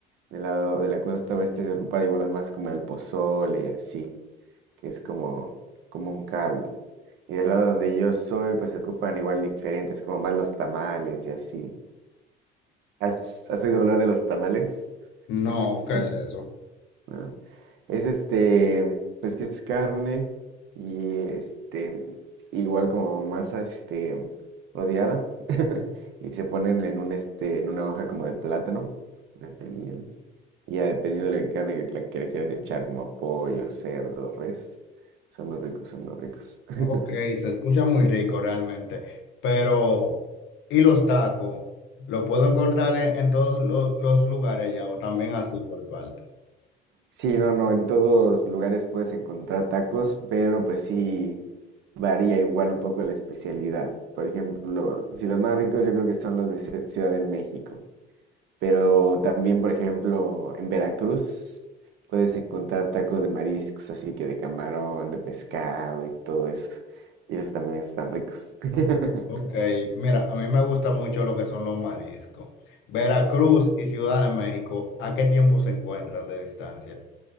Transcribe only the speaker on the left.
No,
¿qué es eso?
Ok, se escucha muy rico realmente. Pero, ¿y los tacos? ¿Lo puedo encontrar en, en todos lo- los lugares ya o también así por parte?
Ok, mira, a mí me gusta mucho lo que son los mariscos. Veracruz y Ciudad de México, ¿a qué tiempo se encuentran de distancia?